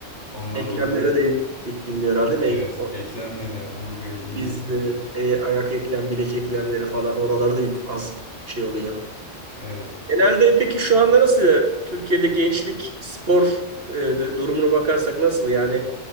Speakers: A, on the left; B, on the right.
A: Ondan
B: Eklemlere
A: dolayı
B: de yük, yük binmiyor herhalde. değil
A: evet
B: mi? E, O-
A: eklemlere, omurgaya iyi
B: Biz
A: gelir yüzme.
B: de e, ayak eklem, bilek eklemleri falan oralarda yük az şey oluyor.
A: Evet.
B: Genelde peki şu anda nasıl Türkiye'de gençlik spor e, de- durumuna bakarsak nasıl yani